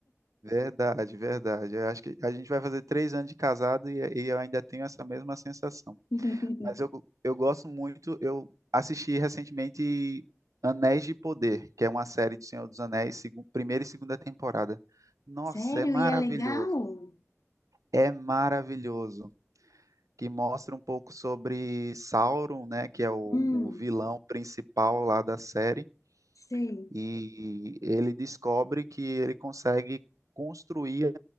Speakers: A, on the right; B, on the left.
A: Verdade, verdade. Eu acho que a gente vai fazer três anos de casado e, e eu ainda tenho essa mesma sensação.
B: <laughs>
A: Mas eu, eu gosto muito, eu assisti recentemente Anéis de Poder, que é uma série do Senhor dos Anéis, segun- primeira e segunda temporada. Nossa,
B: Sério?
A: é maravilhoso.
B: E é legal?
A: É maravilhoso. Que mostra um pouco sobre Sauron, né, que é o, o
B: Hum,
A: vilão principal lá da série,
B: sei.
A: e ele descobre que ele consegue construir